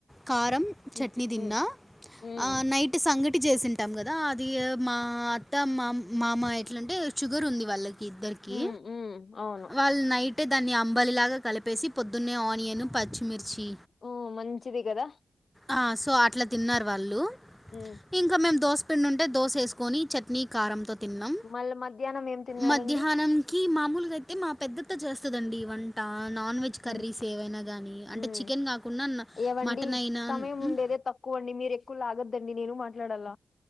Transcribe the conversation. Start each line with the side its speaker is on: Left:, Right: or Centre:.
Centre: కారం చట్నీ
Left: హ్మ్.
Centre: తిన్నా
Left: హ్మ్. హ్మ్.
Centre: ఆ నైట్ అంటే సంగటి చేసింటాం కదా అది మా అత్త మా మామ ఎట్లాంటే షుగర్ ఉంది వాళ్ళకి ఇద్దరికి
Left: హ్మ్ హ్మ్. అవును.
Centre: వాళ్ళు నైటే దాన్ని అంబలి లాగా కలిపేసి పొద్దున్నే ఆనియన్ పచ్చిమిర్చి
Left: ఉం మంచిది కదా
Centre: ఆ సో అట్లా తిన్నారు వాళ్ళు
Left: ఉం
Centre: ఇంకా మేము దోశ పిండుంటె దోస వేసుకొని చె చట్నీ కారంతో తిన్నాం
Left: మళ్ళా మధ్యాహ్నం ఏం తిన్నారండి?
Centre: మధ్యాహానం కి మామూలుగా అయితే మా పెద్ద అత్త చేస్తదాండి వంట నాన్ వెజ్ కర్రీస్
Left: హ్మ్.
Centre: ఏవయినా గానీ అంటే
Left: హ్మ్.
Centre: చెకేన్ కాకుండా
Left: ఏవండీ
Centre: మటన్ అయినా
Left: సమయం
Centre: హ్మ్
Left: ఉండేదే తక్కువ అండి మీరు ఎక్కువ లాగద్దండి నేను మాట్లాడాల